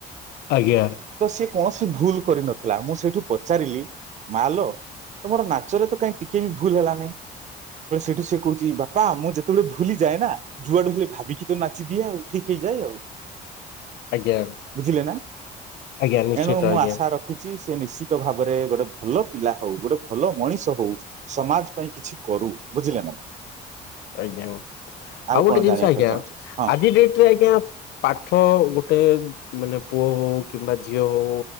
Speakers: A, on the left; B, on the right.
A: ଆଜ୍ଞା।
B: ତ ସିଏ କୌଣସି ଭୁଲ କରିନଥିଲା ମୁଁ ସେଇଠୁ ପଚାରିଲି ମା ଲୋ ତମର ନାଚରେ ତ କାହିଁ ଟିକେ ବି ଭୁଲ ହେଲାନାହିଁ ସେଇଠୁ ସେ କହୁଛି ବାପା ମୁଁ ଯେତେବେଳେ ଭୁଲି ଯାଏ ନା ଯୁଆଡେ ହେଲେ ଭାବିକି ତ ନାଚି ଦିଏ ଆଉ ଠିକ ହେଇଯାଏ ଆଉ।
A: ଆଜ୍ଞା
B: ବୁଝିଲେ ନା
A: ଆଜ୍ଞା ନିଶ୍ଚିତ
B: ଏଣୁ ମୁଁ
A: ଆଜ୍ଞା
B: ଆଶା ରଖିଛି। ସେ ନିଶ୍ଚିତ ଭାବରେ ଗୋଟେ ଭଲ ପିଲା ହଉ ଗୋଟେ ଭଲ ମଣିଷ ହଉ ସମାଜ ପାଇଁ କିଛି। କରୁ ବୁଝିଲେ ନା।
A: ଆଜ୍ଞା ଆଉ ଗୋଟେ
B: କଣ
A: ଜିନିଷ
B: ଜାଣିବା
A: ଆଜ୍ଞା
B: ପାଇଁ ଚାହୁଁଛନ୍ତି ହଁ
A: ଆଜି ଡେଟରେ ଆଜ୍ଞା ପାଠ ଗୋ। <inaudible> ମାନେ ପୁଅ ହଉ କିମ୍ବା ଝିଅ ହଉ